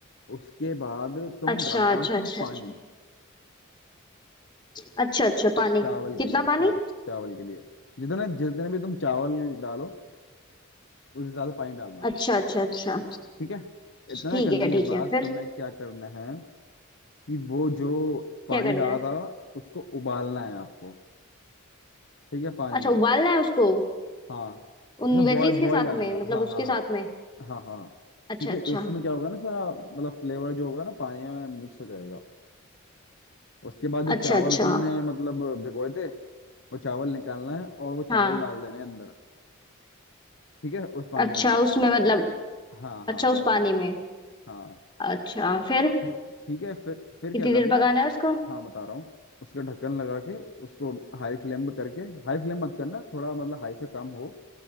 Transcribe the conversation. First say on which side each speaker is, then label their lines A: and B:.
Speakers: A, on the left; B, on the left.
A: उसके बाद तुम
B: अच्छा
A: डालना
B: अच्छा
A: उसमें
B: अच्छा
A: पानी
B: अच्छा अच्छा अच्छा पानी
A: चावल
B: कितना
A: के लिए चा,
B: पानी
A: चावल के लिए जितना जितने भी तुम चावल डालो उस हिसाब से पानी डालना
B: अच्छा अच्छा अच्छा
A: ठीक है इतना
B: ठीक
A: करने
B: है ठीक
A: के बाद
B: है फिर
A: तुम्हें क्या करना है कि वो जो पानी
B: क्या करना
A: डाला
B: है
A: था उसको उबालना है आपको ठीक है पानी
B: अच्छा
A: को
B: उबालना है उसको
A: हाँ
B: उन
A: मतलब
B: वेजीज
A: बॉय
B: के
A: बॉयल
B: साथ
A: डालना
B: में मतलब
A: हाँ
B: उसके
A: हाँ हाँ
B: साथ में
A: हाँ हाँ
B: अच्छा
A: ठीक है
B: अच्छा
A: उसमें क्या होगा ना सारा मतलब फ्लेवर जो होगा ना पानी में मिक्स हो जाएगा उसके बाद जो
B: अच्छा
A: चावल
B: अच्छा
A: तुमने मतलब भिगोए थे वो चावल निकालना है और वो
B: हाँ
A: चावल डाल देने हैं अंदर ठीक है उस पानी
B: अच्छा
A: में
B: उसमें मतलब
A: हाँ हाँ
B: अच्छा
A: हाँ
B: उस पानी
A: हाँ
B: में
A: हाँ
B: अच्छा फिर
A: ठीक ठीक है फिर फिर
B: कितनी
A: क्या करना
B: देर पकाना है उसको
A: हाँ बता रहा हूँ उसका ढक्कन लगा के उसको हाई फ्लेम पे करके हाई फ्लेम मत करना थोड़ा मतलब हाई से कम हो